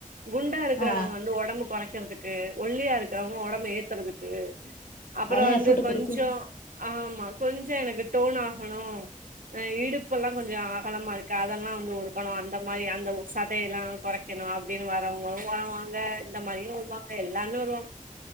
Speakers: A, on the right; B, on the left.
A: குண்டா இருக்கிறவங்க
B: ஆ
A: வந்து ஒடம்பு கொறைக்கிறதுக் கு ஒல்லியா இருக்கிறவங்க ஒடம்பு ஏத்துறதுக்கு அப்பற
B: அதெல்லா
A: வந்து
B: எஃபர்ட்
A: கொஞ்ச
B: குடுத்து
A: ஆமா கொஞ்ச எனக்கு டோன் ஆகணு ஆ இடுப்பெல்லா கொஞ்ச அ அலமா இருக்கு அதெல்லா வந்து ஒடுக்கணு அந்த மாரி அந்த ஒ சதையெல்லா கொறைக்கணு அப்டின்னு வரவங்களு வருவாங்க இந்த மாரியு வருவாங்க எல்லாருமே வருவாங்